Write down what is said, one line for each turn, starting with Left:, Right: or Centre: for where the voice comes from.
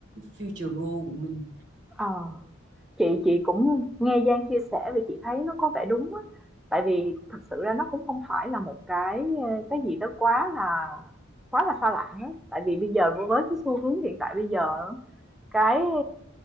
Right: future goal của mình.
Centre: ờ chị chị cũng nghe Giang chia sẻ vì chị thấy nó có vẻ đúng á tại vì thực sự ra nó cũng không phải là một cái cái gì đó quá là quá là xa lạ á tại vì bây giờ với cái xu hướng hiện tại bây giờ cái